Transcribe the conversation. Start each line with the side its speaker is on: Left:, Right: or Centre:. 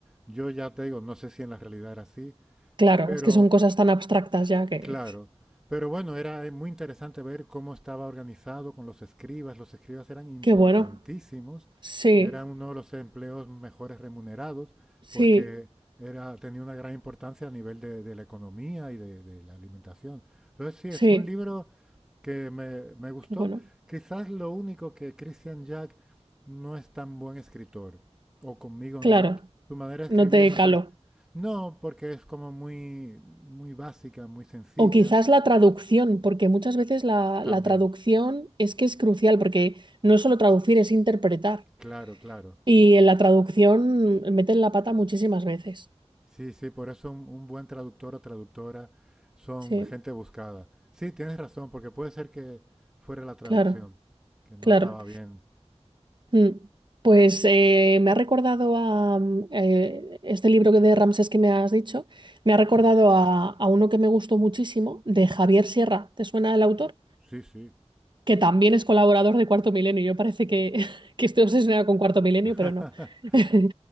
Centre: Yo ya te digo, no sé si en la realidad era así,
Right: claro,
Centre: pero
Right: es que son cosas tan abstractas ya que,
Centre: claro. Pero bueno, era eh, muy interesante ver cómo estaba organizado con los escribas. Los escribas eran importantísimos,
Right: qué bueno. Sí,
Centre: eran uno de los empleos mejores remunerados
Right: sí,
Centre: porque era, tenía una gran importancia a nivel de, de la economía y de, de la alimentación. Entonces sí, es,
Right: sí,
Centre: fue un libro que me, me gustó.
Right: qué bueno.
Centre: Quizás lo único que Christian Jack no es tan buen escritor, o conmigo,
Right: Claro,
Centre: n- su manera de
Right: no
Centre: escribir
Right: te
Centre: me
Right: calo.
Centre: parece... No, porque es como muy, muy básica, muy sencilla.
Right: O quizás la traducción, porque muchas veces la,
Centre: También,
Right: la traducción es que es crucial, porque no es solo traducir, es interpretar.
Centre: claro, claro.
Right: Y en la traducción meten la pata muchísimas veces.
Centre: Sí, sí, por eso un, un buen traductor o traductora son
Right: Sí,
Centre: gente buscada. Sí, tienes razón, porque puede ser que fuera la traducción,
Right: claro,
Centre: que no
Right: claro.
Centre: estaba bien.
Right: Mm. Pues eh, me ha recordado a mm, eh, este libro que de Ramsés que me has dicho, me ha recordado a, a uno que me gustó muchísimo, de Javier Sierra. ¿Te suena el autor?
Centre: Sí, sí.
Right: que también es colaborador de Cuarto Milenio. Yo parece que, <laughs> que estoy obsesionada con Cuarto Milenio,
Centre: <laughs>
Right: pero no. <laughs>